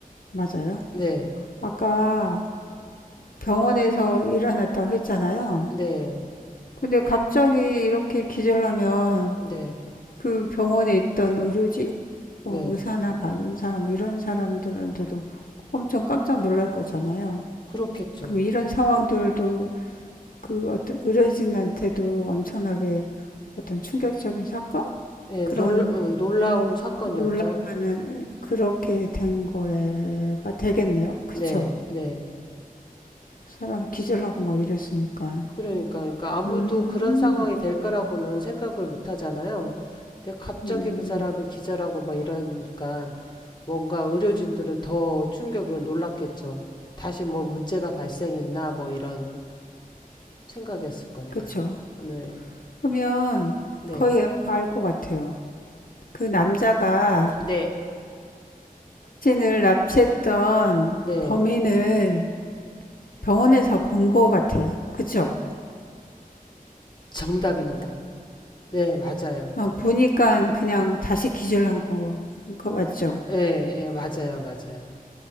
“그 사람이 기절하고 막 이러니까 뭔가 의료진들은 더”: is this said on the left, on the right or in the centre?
Left